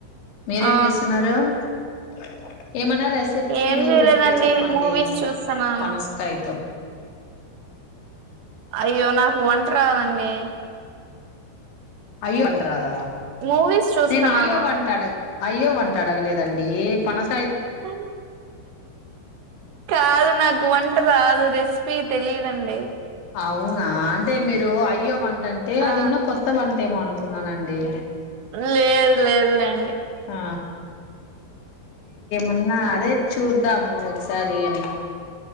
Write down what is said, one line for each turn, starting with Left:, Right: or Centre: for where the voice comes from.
Left: మీరేం
Right: ఆ
Left: చేస్తున్నారు. <unintelligible> ఏమైనా రెసిపీ
Right: ఏం చేయలేదండి
Left: ఉంటే చెప్పండి
Right: మూవీస్ చూస్తున్నాను
Left: పనసకాయతో
Right: అయ్యో నాకు వంట రాదండి.
Left: అయ్యో వంటరాద
Right: మూవీస్ చూస్తున్నాను
Left: నేను అయ వంట అడ అయ్యో వంట అడగలేదండి పనస
Right: కాని కాదు నాకు వంట రాదు రిస్క్ మీక్ తెలిదండి.
Left: అవునా అంటే మీరు అయ్యో వంట అంటే
Right: ఆ
Left: అదేమో కొత్త వంటే మనుకు కున్నానండి.
Right: లేదు లేదు లేండి.
Left: ఆ ఉన్నా అదే చూద్దాము ఒకసారి అని